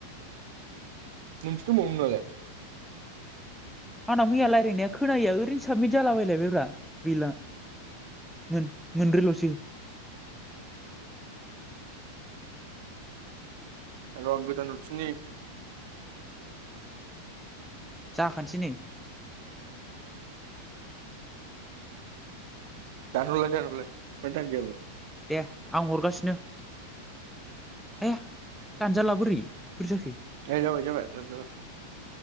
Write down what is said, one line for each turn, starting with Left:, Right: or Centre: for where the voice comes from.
Right: मोनबैसे दंबावो नोंनालाय?
Centre: आंना मैया रायलायनाया खोनायैया ओरैनो साबमिट जालाबायलाय बाय ब्रा। गैला मोन मोनब्रैल'सै।
Right: र 'आं गोदान हरफिननि।
Centre: जाखानसै नै।
Right: दानहरलाय दानहरलाय माथो दानजायाबो।
Centre: दे आं हरगासिनो आया दानजाला बोरै बोरै जाखो?
Right: ए जाबाय जाबाय <unintelligible>